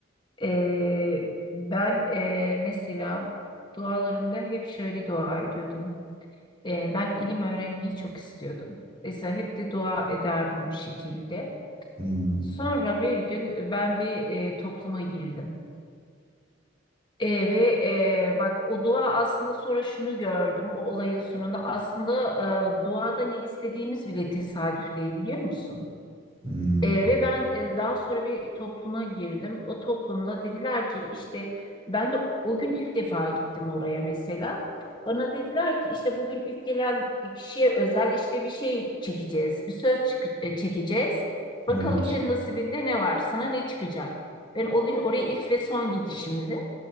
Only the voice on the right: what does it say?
Hmm.
Hmm,
evet.